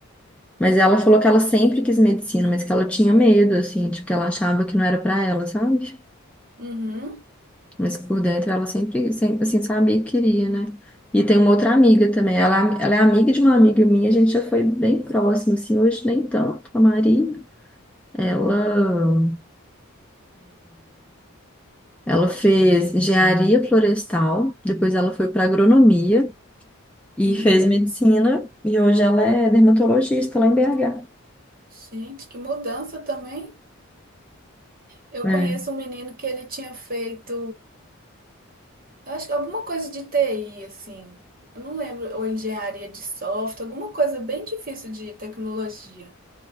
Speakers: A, in the centre; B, on the right.
A: Mas ela falou que ela sempre quis medicina, mas que ela tinha medo, assim, tipo, que ela achava que não era pra ela, sabe?
B: Uhum,
A: Mas que por dentro ela sempre, sempre, assim, sabia que queria, né? E tem uma outra amiga também. Ela, ela é amiga de uma amiga minha, a gente já foi bem próximo, assim, hoje nem tanto, a Maria. Ela, ela fez engenharia florestal, depois ela foi para agronomia. e
B: uhum.
A: fez medicina e hoje ela é dermatologista lá em BH.
B: Gente, que mudança também. Eu
A: É,
B: conheço um menino que ele tinha feito, eu acho que alguma coisa de TI, assim. Eu não lembro, ou engenharia de software, alguma coisa bem difícil de tecnologia.